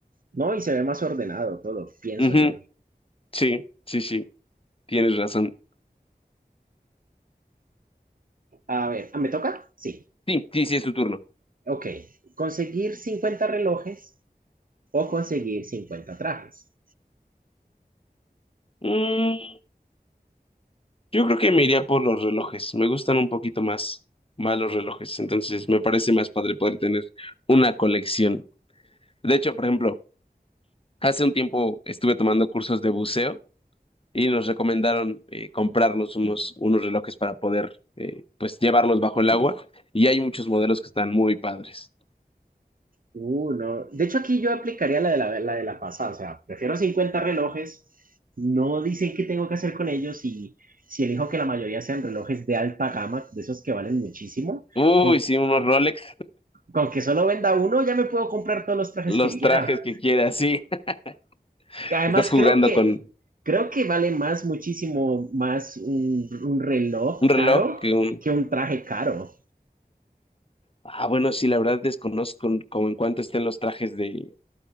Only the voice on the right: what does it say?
No, y se ve más ordenado todo, pienso
yo.
A ver, ¿ah, ¿me toca? Sí.
Ok. Conseguir 50 relojes o conseguir 50 trajes.
Uh, no. De hecho, aquí yo aplicaría la de la, la de la pasada. O sea, prefiero 50 relojes. No dicen qué tengo que hacer con ellos y si elijo que la mayoría sean relojes de alta gama, de esos que valen muchísimo,
con,
con que solo venda uno ya me puedo comprar todos los trajes
que quiera.
Que Además,
creo que,
creo que vale más, muchísimo más un, un reloj
caro
que un traje caro.